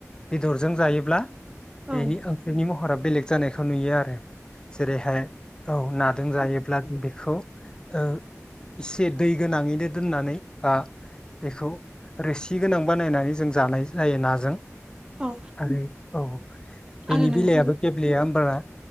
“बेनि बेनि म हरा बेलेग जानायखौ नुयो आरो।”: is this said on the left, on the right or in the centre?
Left